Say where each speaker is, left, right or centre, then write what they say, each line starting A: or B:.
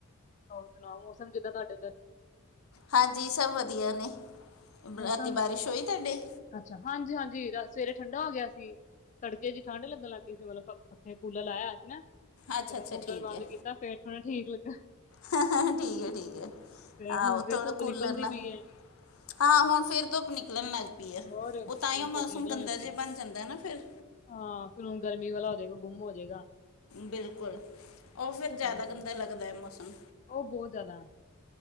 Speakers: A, on the left; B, on the left.
A: ਹੋਰ ਸੁਣਾਓ ਮੌਸਮ ਕਿੱਦਾਂ ਤੁਹਾਡੇ ਓਦਰ?
B: ਹਾਂਜੀ ਸਭ ਵਧੀਆ ਨੇ,
A: ਮੌਸਮ
B: ਰਾਤੀ ਬਾਰਿਸ਼ ਹੋਈ ਤੁਹਾਡੇ?
A: ਅੱਛਾ ਹਾਂਜੀ- ਹਾਂਜੀ ਰਾ ਸਵੇਰੇ ਠੰਡਾ ਹੋ ਗਿਆ ਸੀ, ਤੜਕੇ ਚ ਠੰਢ ਲੱਗਣ ਲੱਗ ਗਈ ਸੀ ਮਤਲਬ ਪੱਖੇ, ਕੂਲਰ ਲਾਇਆ ਹੋਆ ਸੀ ਨਾ,
B: ਅੱਛਾ
A: ਫੇਰ ਮੈਂ
B: ਅੱਛਾ
A: ਕੂਲਰ
B: ਠੀਕ
A: ਬੰਦ
B: ਹੈ
A: ਕੀਤਾ ਫੇਰ ਥੋੜਾ ਠੀਕ ਲੱਗਾ।
B: ਠੀਕ ਹੈ- ਠੀਕ ਹੈ
A: ਤੇ ਹੁਣ
B: ਆਹੋ
A: ਫੇਰ
B: ਥੋੜਾ
A: ਧੁੱਪ
B: ਕੂਲਰ
A: ਨਿਕਲਦੀ
B: ਨਾ
A: ਪਈ ਹੈ
B: ਹਾਂ ਹੁਣ ਫੇਰ ਧੁੱਪ ਨਿਕਲਣ ਲੱਗ ਪਈ ਆ,
A: ਹੋਰ ਹੁਣ
B: ਉਹ ਤਾਂ ਹੀ ਉਹ ਮੌਸਮ
A: ਧੁੱਪ ਨਿਕਲਣ
B: ਗੰਦਾ
A: ਲੱਗੀ
B: ਜਿਹਾ
A: ਹੈ।
B: ਬਣ ਜਾਂਦਾ ਨਾ ਫੇਰ।
A: ਹਾਂ ਫੇਰ ਹੁਣ ਗਰਮੀ ਵਾਲਾ ਹੋ ਜਾਏਗਾ, ਗੁੰਮ ਹੋ ਜਾਏਗਾ।
B: ਬਿਲਕੁਲ ਉਹ ਫੇਰ ਜ਼ਿਆਦਾ
A: ਹਾਂਜੀ।
B: ਗੰਦਾ ਲੱਗਦਾ ਹੈ ਮੌਸਮ।
A: ਉਹ ਬਹੁਤ ਜ਼ਿਆਦਾ।